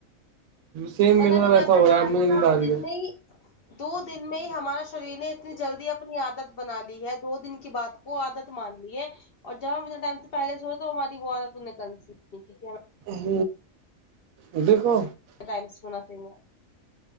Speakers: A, on the right; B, on the left.
A: سیم
B: پتا
A: میرے ساتھ
B: نہیں
A: ایسا
B: کیسا
A: ہو
B: تھا
A: رہا ہے اب مجھے نیند
B: دو
A: آ رہی
B: دن
A: ہے
B: میں ہی دو دن میں ہی ہمارا شریر نے اتنی جلدی اپنی عادت بنا لی ہے دو دن کی بات وہ عادت مان لی ہے اور جب ہم میرے ٹائم سے پہلے سے ہوئے تو ہماری وہ عادت نےک س
A: ہ ا دیک کو
B: ٹائمس ہونا چاہیے